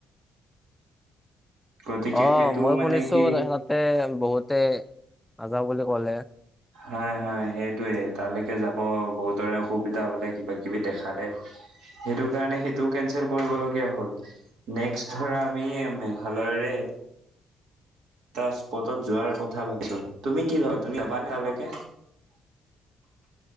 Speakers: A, on the right; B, in the centre.
A: গতিকে
B: অ‌'
A: সেইটো
B: মই
A: মানে
B: শুনিছোঁ
A: কি
B: তাহাতে বহুতে নাযাও বুলি ক'লে।
A: হয়, হয় সেইটোৱে তালৈকে যাব বহুতৰে অসুবিধা বোলে কিবা কিবি দেখালে, সেইটো কাৰণে সেইটোও কেনচেল কৰিবলগীয়া হ'ল। নেক্স ধৰা আমি মেঘালয়ৰে এটা স্পটত যোৱাৰ কথা ভাবিছোঁ। তুমি কি ভাবা, তুমি যাবানে তালৈকে?